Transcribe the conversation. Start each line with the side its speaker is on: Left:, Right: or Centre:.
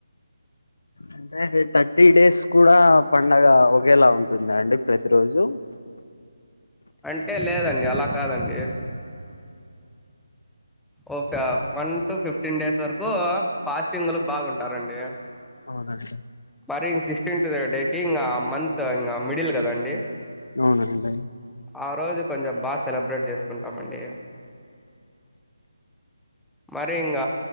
Left: అంటే థర్టీ డేస్ కూడా పండగ ఒకేలా ఉంటుంద అండి ప్రతిరోజు
Centre: అంటే లేదండి అలా కాదండి ఓక వన్ టు ఫిఫ్టీన్ డేస్ వరకు ఫాస్టింగ్లు బాగుంటారండి
Left: అవునండి
Centre: మరి ఇంగ సిక్స్త్ డే కి ఇంగ మంత్ త్ ఇంగ మిడిల్ కదండి
Left: అవునండి
Centre: ఆ రోజు కొంచెం బాస్ సెలబ్రేట్ చేసుకుంటం అండి మరి ఇంగ